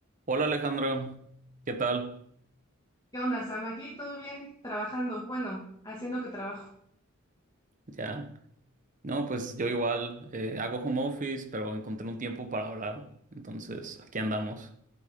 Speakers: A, on the right; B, on the left.
A: Hola Alejandra, ¿qué tal?
B: ¿Qué onda, Sam? Aquí todo bien, trabajando, bueno, haciendo que trabajo.
A: Ya. No, pues yo igual eh, hago home office, pero encontré un tiempo para hablar. Entonces, aquí andamos.